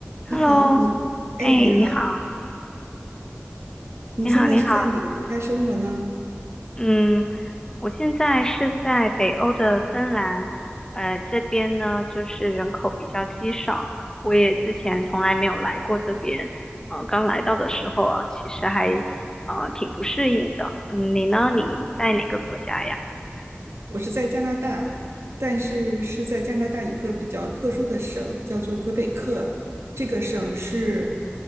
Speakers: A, on the right (about 85°); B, on the left (about 15°).
A: 你好，
B: Hello，
A: 你，哎，
B: 哎，
A: 你好，
B: 你好，
A: 你现在是在哪个国家生活呢？
B: 你好，你好，嗯，我现在是在北欧的芬兰，呃，这边呢就是人口比较稀少，我也之前从来没有来过这边，呃，刚来到的时候啊，其实还呃挺不适应的。嗯，你呢？你在哪个国家呀？
A: 我是在加拿大，但是是在加拿大一个比较特殊的省，叫做魁北克。这个省是